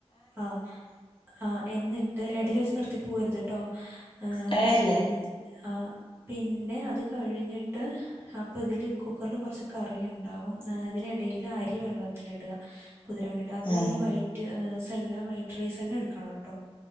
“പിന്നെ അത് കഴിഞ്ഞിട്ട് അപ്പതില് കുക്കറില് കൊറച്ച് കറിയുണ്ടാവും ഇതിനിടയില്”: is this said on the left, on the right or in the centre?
Right